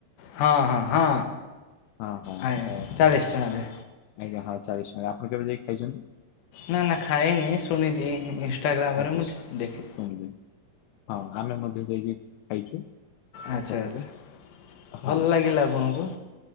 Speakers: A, on the left; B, on the left.
A: ହଁ ହଁ ହଁ
B: ହଁ ହଁ
A: ଆ
B: ତ
A: ଚାଲିଶ ଟଙ୍କାରେ।
B: ଆଜ୍ଞା ହଁ ଚାଳିଶ ଟଙ୍କା। ଆପଣ କେବେ ଯାଇକି ଖାଇଛନ୍ତି?
A: ନା ନା ଖାଇନି ଶୁଣିଛି ଇନସଟାଗ୍ରାମରେ
B: ଆଚ୍ଛା
A: ମୁଁ ଦେଖଛି।
B: ଶୁଣିଲି ହଁ ଆମେ ମଧ୍ୟ ଯାଇକି ଖାଇଛୁ।
A: ଆଚ୍ଛା
B: ସେଠାରେ
A: ଆଚ୍ଛା।
B: ହଁ
A: ଭଲ ଲାଗିଲା ଆପଣଙ୍କୁ?